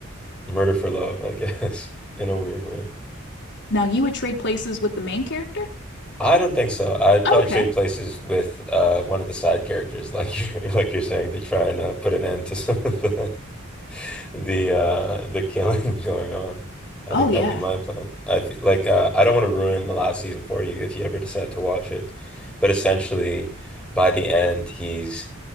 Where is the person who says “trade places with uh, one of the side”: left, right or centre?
Centre